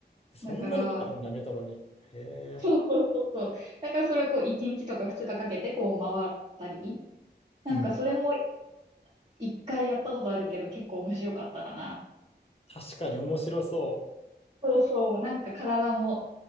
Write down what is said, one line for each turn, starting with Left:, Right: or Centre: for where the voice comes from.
Left: そんなのがあるんだ、
Right: だから、
Left: メトロに。へえ。
Right: そうそうそうそう。だからそれをこう1日とか2日かかけてこう回ったり、なんかそれも
Left: うん。
Right: 1回やったことあるけど結構面白かったかな。
Left: 確かに面白そ
Right: そうそう、なんか体も